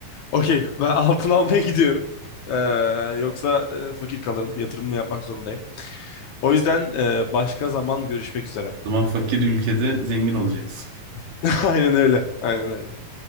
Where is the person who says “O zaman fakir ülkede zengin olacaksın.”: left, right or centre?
Right